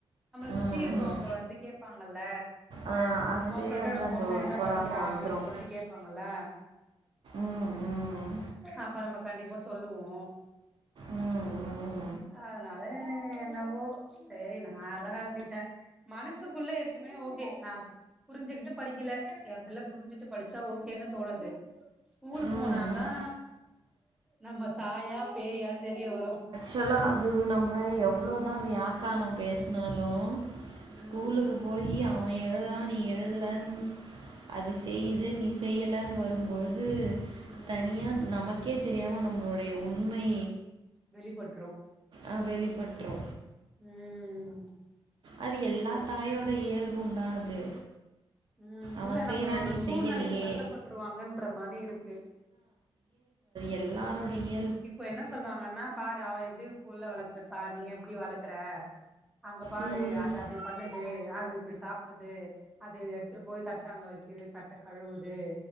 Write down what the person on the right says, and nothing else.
ம்
ம்
ஆ அதுலயே
வந்து அந்த
ஒரு
பொறாம
வந்துரு
ம் ம்
ம் ம்
ம்
ம்
துலா அது நம்ப எவ் அவ்வளோதா வியாக்கானோம் பேசுனாலு
ஸ்கூலுக்கு போயி அ அவ எழுதுறா நீ எழுதுலன் அது செய்யுது நீ செய்யலன் வரும்பொழுது
தனியா நமக் உனக்கே தெரியா உனு நம்மளுடைய உண்மை
ஆ வெளிப்பட்ரு
அது எல்லா தாயோட இயல்புந்தா அது
அவன்
செய்கிறான்
நீ
செய்யலையே
எல்லா ருடைய
ம்.